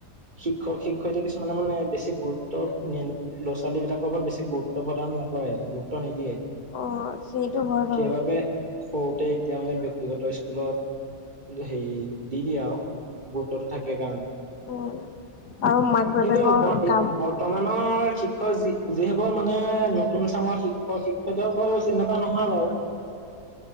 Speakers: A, on the right; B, on the left.
A: শিক্ষক শিক্ষয়িত্ৰী কিছুমানে মানে বেছি গুৰুত্ব নি ল'ৰা ছোৱালী বিলাকৰ ওপৰত বেছি গুৰুত্ব প্ৰদান নকৰে গুৰুত্ব নিদিয়ে।
B: অ' সেইটো হয় বাৰু
A: সেইবাবে সৰুতে এতিয়া মানে ব্যক্তিগত স্কুলত সেই দি দিয়া আও গোট তো থাকে গান।
B: উম। আৰু মাক বাপেকৰ
A: কিন্তু ব এত
B: কাম
A: বৰ্তমানৰ শিক্ষ যি যিসকল মানে নতুন চামৰ শিক্ষক শিক্ষয়ত্ৰী সকল যেনকা নহয় বাৰু <unintelligible>